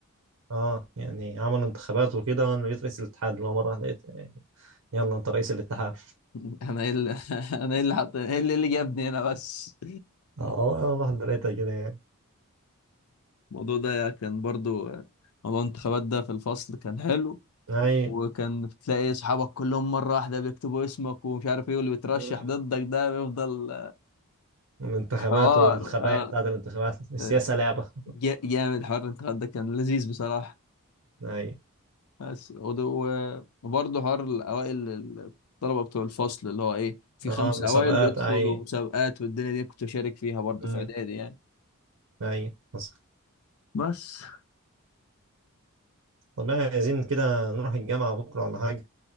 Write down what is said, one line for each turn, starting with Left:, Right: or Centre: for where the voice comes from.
Right: اه يعني عملوا انتخابات وكده وانا بقيت رئيس الاتحاد اللي هو مره واحدة لقيت يلا انت رئيس الاتحاد
Left: <laughs> انا ايه اللي <laughs> انا ايه اللي حط ايه اللي, إيه اللي جابني هنا بس
Right: اه والله واحده لقيتها كده يعني
Left: الموضوع ده كان برضو موضوع الانتخابات ده في الفصل كان حلو
Right: اي
Left: وكان بتلاقي اصحابك كلهم مره واحده بيكتبوا اسمك ومش عارف ايه واللي بيترشح
Right: مم.
Left: ضدك ده بيفضل
Right: الانتخابات
Left: حوار
Right: والخبايا
Left: اه
Right: بتاعت الانتخابات <laughs> السياسه
Left: آه،
Right: لعبه
Left: جا- جامد حوار الانتخابات ده كان لذيذ بصراحه
Right: اي
Left: بس ود- و- وبرضه حوار الاوائل ال- الطلبه بتوع الفصل اللي هو ايه في
Right: اه
Left: خمسه
Right: المسابقات
Left: اوائل بيدخلوا
Right: اي
Left: مسابقات والدنيا دي كنت بشارك فيها برضه
Right: امم
Left: في اعدادي يعني
Right: اي حصل
Left: بس
Right: طب يعني عايزين كده نروح الجامعه بكره ولا حاجه